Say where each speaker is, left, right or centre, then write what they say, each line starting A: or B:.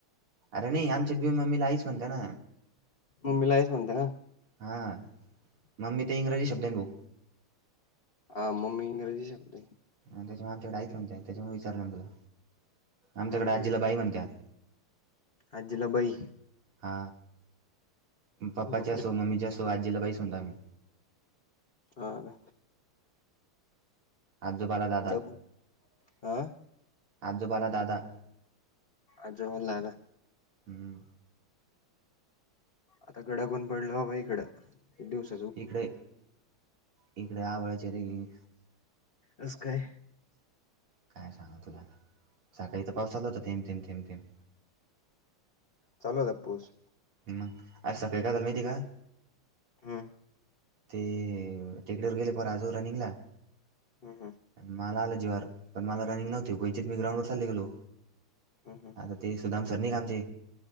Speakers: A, on the right (about 85°); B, on the left (about 80°).
A: अरे नाही आमच्यात बी मम्मीला आईच म्हणत्या ना,
B: मम्मीला आईच म्हणता का
A: हा, मम्मी ते इंग्रजी शब्द लिहू.
B: हा मम्मी इंग्रजी शब्द ये.
A: हा त्याच्यामुळ आमच्याकड आईच म्हणत्या त्याच्यामुळ विचारलं मी तुला आमच्याकड
B: हम्म
A: आजीला
B: हम्म
A: बाई म्हणत्या.
B: आजीला बई
A: हा, पप्पाच्या
B: बापरे
A: असो, मम्मीच्या असो, आजीला बाईच म्हणतो आम्ही.
B: हा काय?
A: आजोबाला दादा
B: कडक हा
A: आजोबाला दादा
B: आजोबाला दादा
A: हम्
B: आता कडक ऊन पडलं बाबा इकडं, किती दिवस
A: इकडे इकडे आवळ्याच्या रेघी
B: अस काय?
A: काय सांगु तुला आता, सकाळी इथं पाऊस आलता होता, थेंब, थेंब, थेंब, थेंब.
B: चालू आहे का पाऊस.
A: मग, आज सकाळी काय झाल माहिती का?
B: हम्
A: ते टेकड्यावर गेले पर आजो रनिंगला
B: हं, हं.
A: मला आलं जीवावर पण मला रनिंग नव्हती क्वचित मी ग्राउंड वर चालले गेलो
B: हम्म हम्म
A: आता ते सुदाम सर निघ आमचे